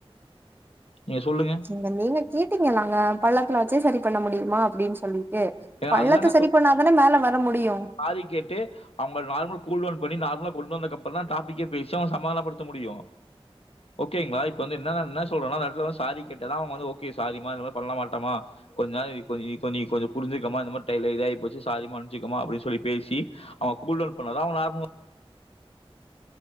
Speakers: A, on the left; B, on the right.
A: நீங்க சொல்லுங்க.
B: நீங்க வந்து கேட்டீங்களாங்க பள்ள இப்பனாச்சே செரி பண்ண முடியுமா அப்புடின் சொல்லி ஏ
A: ஏன்னா
B: பள்ளத்த
A: அதுதாங்க
B: செரி பண்ணாதான மேல வர முடியு
A: சாரி கேட்டு அவங்க நார்மல் கூல் டவுன் இப்புடி நார்மலா கொண்டு வந்ததுக்கப்புறந்தா டாப்பிக்கே பேசியு சமாதானப்படுத்த முடியு ஓகேங்களா இப்ப என்னன்னா என்ன சொல்றன்னா அந்த எடத்துல சாரி கேட்டாதா அவங்க வந்து ஓகே சாரிமா இனிமேல் பண்ண மாட்டம்மா கொஞ்ச நாள் நீ கொஞ்ச நீ கொஞ்சோ புருஞ்சுக்கோம்மா இந்த மாரி டைம்ல இதாய் போச்சு சாரி மன்சுக்கோம்மா அப்புடின்ஸ் சொல்லி பேசி அவ கூல் டவுன் பண்ணதா அவ நார்மலா